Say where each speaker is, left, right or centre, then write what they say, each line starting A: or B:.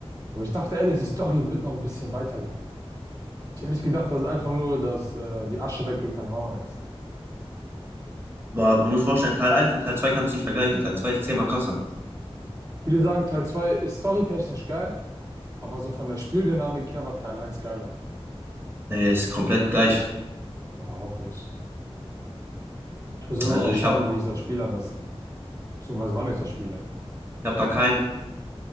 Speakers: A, on the right; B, on the right.
A: Aber ich dachte ehrlich, die Story wird noch ein bisschen weitergehen. Ich hätte nicht gedacht, dass es einfach nur das, äh, die Asche wegbringen von der Mama ist.
B: Aber du musst vorstellen, Teil eins und Teil 2 kannst du nicht vergleichen. Teil 2 ist zehnmal krasser.
A: Viele sagen, Teil 2 ist storytechnisch geil, aber so von der Spieldynamik her war Teil eins geiler.
B: Nee, ist komplett gleich.
A: Oh, hoffe ich. Ich muss ja immer
B: Also
A: noch
B: ich
A: schauen,
B: habe
A: wie ich das spiele am besten. Beziehungsweise wann ich das spiele.
B: Ich habe da kein,